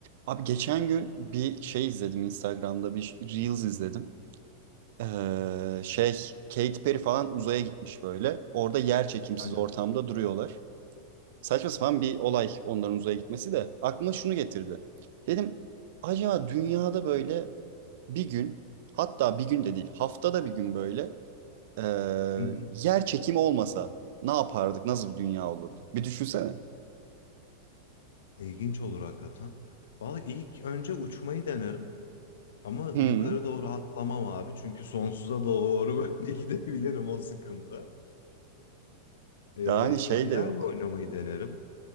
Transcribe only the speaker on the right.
Abi geçen gün bir şey izledim Instagram'da bir Reels izledim. Ee, şey Katy Perry falan uzaya gitmiş böyle. Orada yer çekimsiz
ortamda duruyorlar. Saçma sapan bir olay onların uzaya gitmesi de aklıma şunu getirdi. Dedim acaba dünyada böyle bir gün hatta bir gün de değil haftada bir gün böyle ee,
yer çekimi olmasa ne yapardık? Nasıl bir dünya olurdu? Bir düşünsene.
Hı.
Yani şey
de yok.